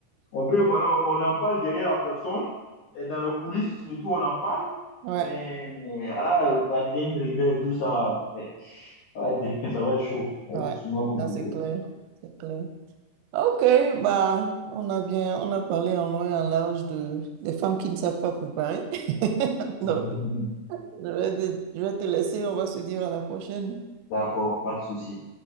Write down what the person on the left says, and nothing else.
On peut, voilà, on, en parle derrière la personne, et dans le coulisses surtout, on en parle,
mais euh, voilà, quand il y a une réunion et tout ça, euh, ça va être, <laughs> ça va être chaud, ça
va être sûrement compliqué.
<laughs>
D'accord, pas de souci.